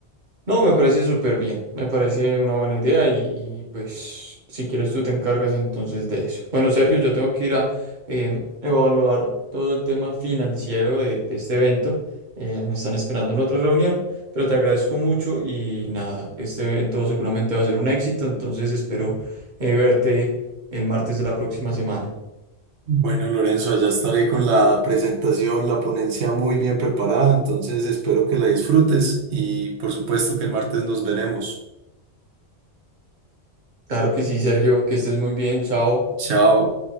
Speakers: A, on the right (about 45°); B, on the right (about 80°).
A: No, me parece súper bien, me parece una buena idea y, y, pues si quieres tú te encargas entonces de eso. Bueno, Sergio, yo tengo que ir a em, evaluar todo el tema financiero de, de este evento. Eh, me están esperando en otra reunión, pero te agradezco mucho y nada, este evento seguramente va a ser un éxito, entonces espero eh, verte el martes de la próxima semana.
B: Bueno, Lorenzo, allá estaré con la presentación, la ponencia muy bien preparada, entonces espero que la disfrutes y por supuesto que el martes nos veremos.
A: Claro que sí, Sergio, que estés muy bien, chao.
B: Chao.